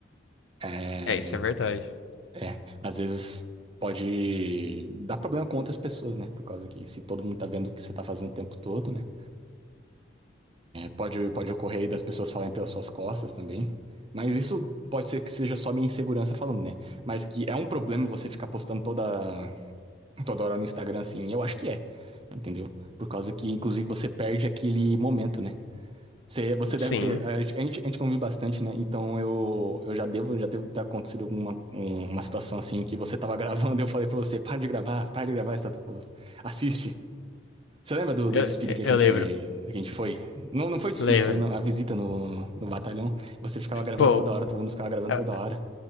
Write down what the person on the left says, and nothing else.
É, isso é verdade.
Sim.
Eu,
eu
lembro.
Lembro.
Pô,
ah,